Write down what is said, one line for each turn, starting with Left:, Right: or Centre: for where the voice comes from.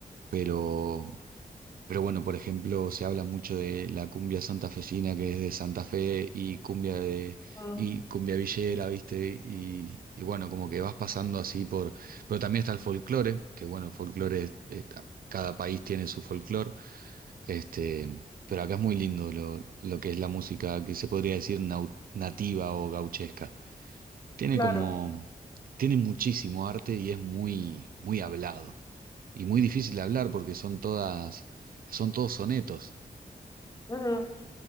Right: pero Pero bueno, por ejemplo, se habla mucho de la cumbia santafesina que es de Santa Fe y cumbia de
Left: Ah,
Right: y cumbia villera, ¿viste? Y, y bueno, como que vas pasando así por, pero también está el folclore, que bueno, el folclore es- es- cada país tiene su folclore, este, pero acá es muy lindo lo, lo que es la música que se podría decir nau- nativa o gauchesca. Tiene
Left: claro.
Right: como tiene muchísimo arte y es muy muy hablado y muy difícil de hablar porque son todas son todos sonetos.
Left: Ujú.